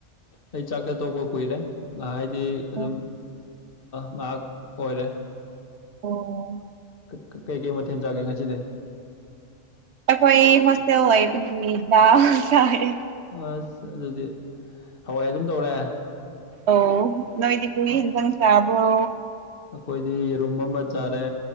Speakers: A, on the left; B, on the right.
A: ꯑꯩ ꯆꯥꯛꯆꯥ ꯇꯣꯛꯄ ꯀꯨꯏꯔꯦ ꯉꯥꯍꯥꯏꯗꯤ ꯑꯗꯨꯝ
B: ꯑꯣ
A: ꯉꯥꯏꯍꯥꯛ ꯑꯣꯏꯔꯦ
B: ꯑꯣ
A: ꯀꯥ ꯀꯩ ꯀꯩ ꯃꯊꯦꯜ ꯆꯥꯒꯦ ꯉꯁꯤꯗꯤ
B: ꯑꯩꯈꯣꯏ ꯍꯣꯁꯇꯦꯜ ꯑꯣꯏꯒꯤ ꯕꯥ ꯆꯥꯏꯌꯦ
A: ꯑꯁ ꯑꯗꯨꯗꯤ ꯍꯋꯥꯏ ꯑꯗꯨꯝ ꯇꯧꯔꯦ
B: ꯑꯧ ꯅꯣꯏꯗꯤ ꯀꯔꯤ
A: ꯑꯣ
B: ꯍꯟꯖꯥꯡ ꯆꯕ꯭ꯔꯣ
A: ꯑꯩꯈꯣꯏꯗꯤ ꯌꯦꯔꯨꯝ ꯑꯃ ꯆꯥꯔꯦ